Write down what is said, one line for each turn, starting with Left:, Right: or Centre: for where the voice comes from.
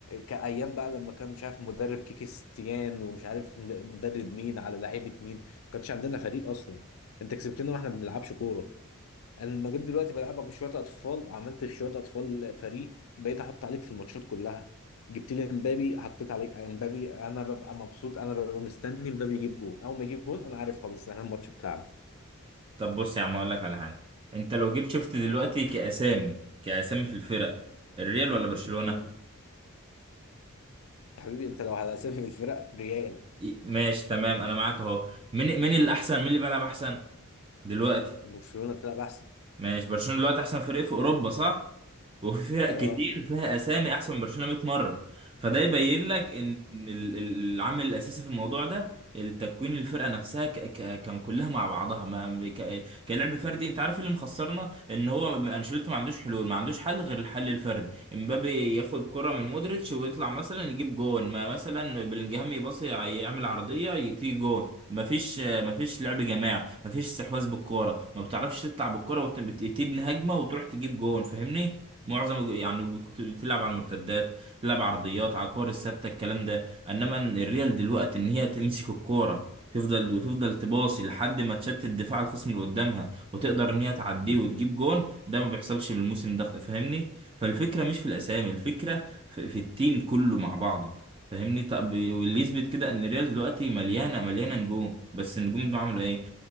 Left: كايام بقى لما كان مش عارف مدرب كيكي ستيان ومش عارف مد- مدرب مين على لعيبه مين ما كانش عندنا فريق اصلا انت كسبتنا واحنا ما بنلعبش كوره انا لما جيت دلوقتي بلعبك بشويه اطفال عملت في شويه اطفال فريق بقيت احط عليك في الماتشات كلها جبت لي امبابي حطيت عليك امبابي انا ببقى مبسوط انا ببقى مستني امبابي يجيب جون اول ما يجيب جون انا عارف خلاص احنا الماتش بتاعنا
Right: طب بص يا عم هقول لك على حاجه انت لو جيت شفت دلوقتي كاسامي كاسامي في الفرق الريال ولا برشلونه
Left: امم يا حبيبي انت لو على اسامي الفرق ريال
Right: إيه، ماشي تمام انا معاك اهو مين مين الاحسن مين اللي بيلعب احسن دلوقتي
Left: وبرشلونه بتلعب احسن
Right: ماشي برشلونة دلوقتي احسن فريق في اوروبا صح وفي فرق
Left: اه
Right: كتير فيها اسامي احسن من برشلونة 100 مرة فده يبين لك ان إن ال- ال- العامل الاساسي في الموضوع ده التكوين الفرقة نفسها ك ك كم- كلها مع بعضها ما ك كلعب فردي انت عارف إيه اللي مخسرنا ان هو انشيلوتي ما عندوش حلول ما عندوش حل غير الحل الفردي امبابي ياخد كرة من مودريتش ويطلع مثلا يجيب جون ما مثلا بلينجهام يباصي يعمل عرضية تيجي جون مفيش مفيش لعب جماعي مفيش استحواذ بالكوره ما بتعرفش تطلع بالكوره وتبني هجمه وتروح تجيب جون فاهمني معظم الج- يعني كنت بتلعب على المرتدات تلعب عرضيات على الكور الثابته الكلام ده انما الريال دلوقتي ان هي تمسك الكوره تفضل وتفضل تباصي لحد ما تشتت دفاع الخصم اللي قدامها وتقدر ان هي تعديه وتجيب جون ده ما بيحصلش من الموسم ده فاهمني فالفكره مش في الاسامي الفكره في, في التيم كله مع بعضه فاهمني طب واللي يثبت كده ان الريال دلوقتي مليانه مليانه نجوم بس النجوم دول عملوا ايه